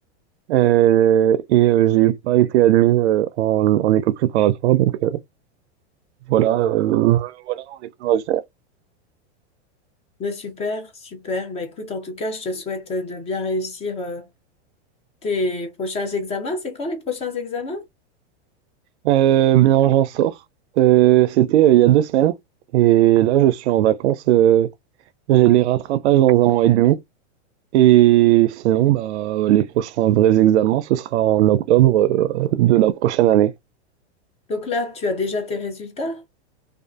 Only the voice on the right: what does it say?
heu, et heu, j'ai pas été admis, heu, en en école préparatoire donc heu, voilà, heu, voilà en école d'ingénieur.
Heu, bien j'en sors, heu, c'était, heu, il y a 2 semaines et là je suis en vacances, heu, j'ai les rattrapages dans un mois et demi et sinon, bah, les prochains vrais examens, ce sera en octobre, heu, de la prochaine année.